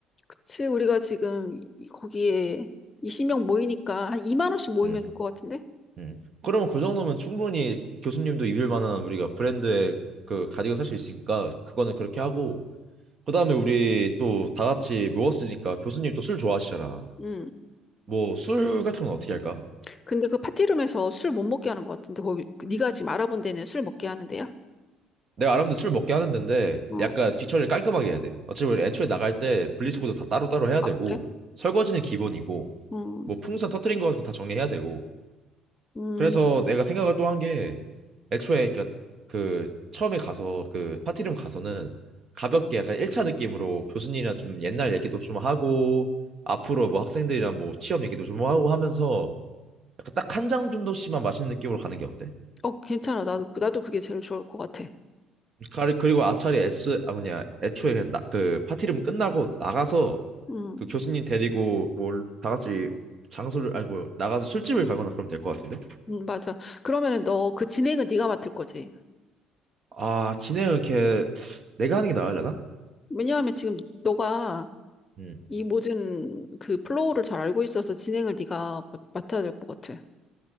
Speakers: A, on the left; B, on the right.
A: 그치? 우리가 지금 이- 거기에 20명 모이니까 한 2만 원씩 모이면
B: 음,
A: 될 것 같은데?
B: 음. 그러면 그 정도면 충분히 교수님도 입을 만한 우리가 브랜드의 그 가디건 살 수 있으니까, 그거는 그렇게 하고, 그 다음에 우리 또 다 같이 모였으니까 교수님 또 술 좋아하시잖아.
A: 응.
B: 뭐, 술 같은 건 어떻게 할까?
A: 근데 그 파티룸에서 술 못 먹게 하는 것 같은데 거기 그 네가 지금 알아본 데는 술 먹게 하는데요?
B: 내가 아랍인데 술 먹게 하는 데인데
A: 어,
B: 약간 뒤처리를 깔끔하게 해야 돼. 어차피 우리 애초에 나갈 때 분리수거도 다 따로따로 해야
A: 아,
B: 되고
A: 그래?
B: 설거지는 기본이고
A: 음,
B: 뭐 풍선 터트린 거 가지고 다 정리해야 되고
A: 음,
B: 그래서 내가 생각을 또 한 게 애초에 그니까그 처음에 가서 그 파티룸 가서는 가볍게 약간 1차 느낌으로 교수님이랑 좀 옛날 얘기도 좀 하고 앞으로 뭐 학생들이랑 뭐 취업 얘기도 좀 하고 하면서 약간 딱 한 장 정도씩만 마시는 느낌으로 가는 게 어때?
A: 어, 괜찮아. 나도 나도 그게 제일 좋을 것 같아.
B: 가리- 그리고 아차리 S 아 뭐냐 애초에 그냥 나, 그 파티룸 끝나고 나가서
A: 음,
B: 그 교수님 데리고 뭐 다 같이 장소를 아니 뭐 나가서 술집을 가거나 그러면 될 것 같은데
A: 음, 맞아. 그러면은 너 그 진행은 네가 맡을 거지.
B: 아 진행은 이렇게 내가 하는 게 나으려나?
A: 왜냐하면 지금 너가
B: 음
A: 이 모든 그 플로우를 잘 알고 있어서 진행을 네가 맡- 맡아야 될 것 같아.